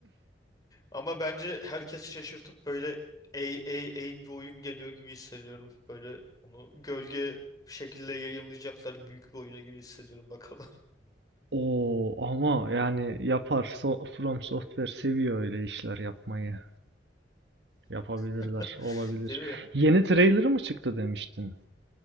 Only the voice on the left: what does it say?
Ama bence herkesi şaşırtıp böyle ey ey ey bir oyun geliyor gibi hissediyorum. Böyle onu gölge bir şekilde yayınlayacaklar büyük bir oyunu gibi hissediyorum bakalım.
<laughs>
Değil mi?